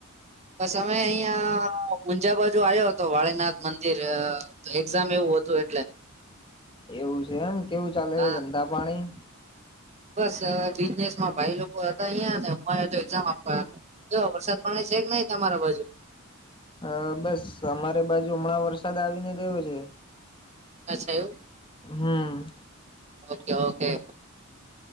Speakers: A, on the right; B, on the left.
A: બસ અમે અહિયાં ઊંઝા બાજુ આવ્યો હતો વાળનાથ મંદિર એક્ઝામ એવું હતું એટલે.
B: એવું છે એમ કેવું ચાલે
A: હા
B: ધંધા પાણી?
A: બસ બિઝનેસમાં ભાઈ લોકો હતા અહીંયા ને હું આયે એઝામ આપવા જો વરસાદ પાણી છે કે નહી તમારા બાજુ?
B: અહ બસ અમારે બાજુ હમણાં વરસાદ આવી ને ગયો છે
A: આ છ્યું
B: હા.
A: Okay okay.